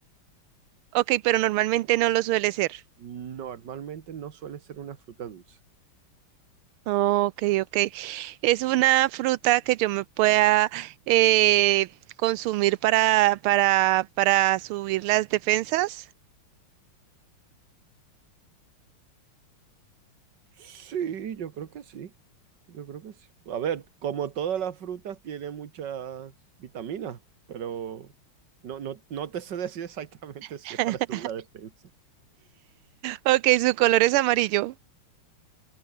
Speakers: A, on the right; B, on the right.
A: Ok, pero normalmente no lo suele ser.
B: Normalmente no suele ser una fruta dulce.
A: No, Ok, ok. Es una fruta que yo me pueda eh, consumir para, para, para subir las defensas.
B: Sí, yo creo que sí. Yo creo que sí. A ver, como todas las frutas tiene muchas vitaminas, pero no, no, no te sé decir <laughs> exactamente
A: <laughs>
B: si es para subir la defensa.
A: Ok, su color es amarillo